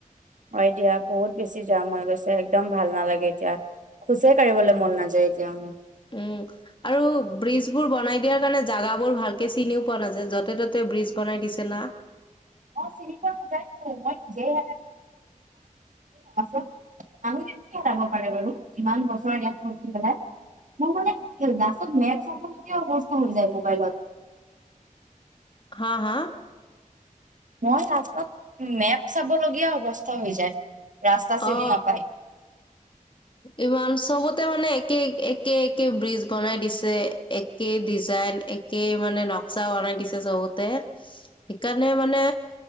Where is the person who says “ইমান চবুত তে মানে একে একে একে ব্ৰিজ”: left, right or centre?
Left